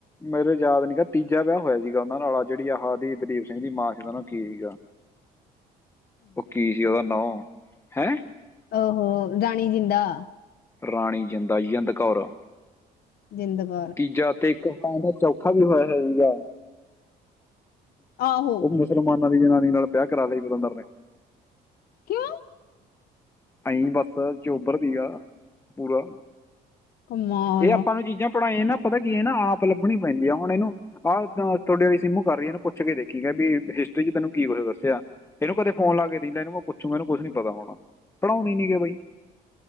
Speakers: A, on the left (about 15°); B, on the left (about 65°).
A: ਮੇਰੇ ਯਾਦ ਨੀ ਹੈਗਾ ਤੀਜਾ ਵਿਆਹ ਹੋਇਆ ਸੀਗਾ ਉਹਨਾਂ ਨਾਲ ਜੇੜੀ ਆਹ ਦਲੀਪ ਸਿੰਘ ਦੀ ਮਾਂ ਸੀ ਉਹ ਨਾਲ ਕੀ ਸੀਗਾ ਓ ਕੀ ਸੀ ਉਹਦਾ ਨਾਂਉ ਹੈਂ।
B: ਓ ਹੋ ਰਾਣੀ ਜਿੰਦਾ
A: ਰਾਣੀ ਜਿੰਦਾ ਜਿੰਦ ਕੌਰ।
B: ਜਿੰਦ ਕੌਰ।
A: ਤੀਜਾ ਤੇ ਇੱਕ ਖਾਣ <unintelligible> ਦਾ ਚੌਥਾ ਵੀ ਹੋਇਆ ਹੋਏਗਾ।
B: ਆਹੋ
A: ਓ ਮੁਸਲਮਾਨਾਂ ਦੀ ਜਨਾਨੀ ਨਾਲ ਵਿਆਹ ਕਰਾ ਲਿਆ ਪਤੰਦਰ ਨੇ
B: ਕਿਉਂ
A: ਅਈਂ ਬਸ ਚੋਬਰ ਸੀਗਾ ਪੂਰਾ
B: ਕਮਾਲ
A: ਇਹ ਆਪਾਂ
B: ਆ
A: ਨੂੰ ਚੀਜ਼ਾਂ ਪੜ੍ਹਾਈਆਂ ਨਾ ਪਤਾ ਕੀ ਹੈ ਇਹ ਨਾ ਆਪ ਲੱਭਣੀ ਪੈਂਦੀ ਆ ਹੁਣ ਇਹਨੂੰ ਆਹ ਤੁਹਾਡੇ ਵਾਲੀ ਸਿੰਮੂ ਕਰ ਰਈ ਇਹਨੂੰ ਪੁੱਛ ਕੇ ਦੇਖੀ ਕਹਿ ਵੀ ਹਿਸਟਰੀ 'ਚ ਤੈਨੂੰ ਕੀ ਕੁੱਛ ਦੱਸਿਆ। ਇਹਨੂੰ ਕਦੇ ਫੋਨ ਲਾ ਕੇ ਦੇਈ ਲੈ, ਇਹਨੂੰ ਮੈਂ ਪੁੱਛੂਗਾ ਇਹਨੂੰ ਕੁਛ ਨੀ ਪਤਾ ਹੋਣਾ। ਪੜ੍ਹਾਉਂਦੇ ਨੀ ਗਏ ਬਾਈ,